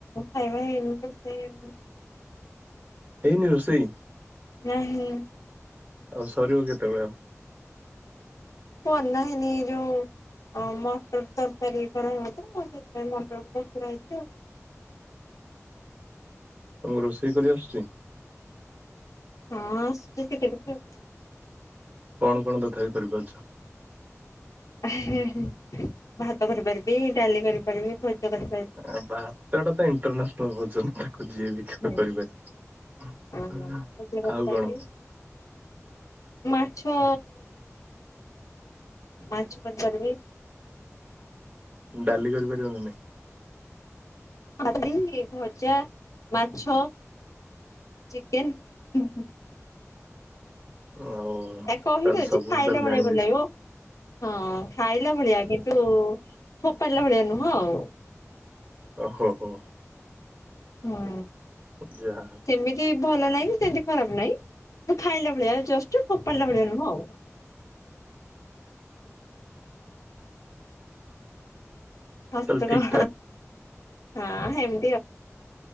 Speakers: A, on the left (about 85°); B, on the right (about 30°).
A: ଖାଇବା ହେଇନି ରୋଷେଇ ହେଇନି।
B: ହେଇନି ରୋଷେଇ?
A: ନାହିଁ।
B: ଆଉ ସରିବ କେତେବେଳେ ଆଉ।
A: ବନା ହେଇନି ଯଉ ଆଉ ମଟର ତରକାରୀ କରାହୁଏ ତ ସେଥିପାଇଁ ମଟରକୁ ବତୁରା ହେଇଚି ଆଉ।
B: ତମକୁ ରୋଷେଇ କରି ଆସୁଛି?
A: ହଁ ଆସିଚି ଟିକେ ଟିକେ ଆଉ।
B: କଣ କଣ ତଥାପି କରିପାରୁଛ?
A: ହେ ହେ ହେ ଭାତ କରିପାରିବି ଡାଲି କରିପାରିବି ଭଜା କରିପାରିବି।
B: ଆ ଭାତଟା ତ ଇଣ୍ଟରନାସନାଲ ଭୋଜନ। ଯିଏ ବି <unintelligible>
A: ହୁଁ।
B: କରିପାରେ
A: ହଁ ଭଜା କରିପାରିବି
B: ଆଉ କଣ
A: ମାଛ ମାଛ କରିପାରିବି।
B: ଡାଲି କରିପାରିବ ନା ନାଇଁ?
A: ଡାଲି ଭଜା ମାଛ ଚିକେନ
B: ଆଉ
A: ଆ କହିଦଉଛି
B: ତାହେଲେ ସବୁ
A: ଖାଇଲା
B: ତାହେଲେ
A: ଭଳିଆ
B: ଜାଣିଦେଇଛ
A: ଭଲ ଲାଗିବ ହଁ ଖାଇଲା ଭଳିଆ କିନ୍ତୁ ଫୋପାଡିଲା ଭଳିଆ ନୁହଁ ଆଉ।
B: ଓ ହୋ ହୋ
A: ହୁଁ
B: ଯାହା ହଉ
A: ସେମିତି ଭଲ ନାହିଁ କି ସେମିତି ଖରାପ ନାହିଁ ତ ଖାଇଲା ଭଳିଆ ଜଷ୍ଟ ଫୋପାଡିଲା ଭଳିଆ ନୁହଁ ଆଉ। ହସ
B: ଚାଲ
A: କଣ
B: ଠିକ ଠାକ।
A: ହଁ ହେମ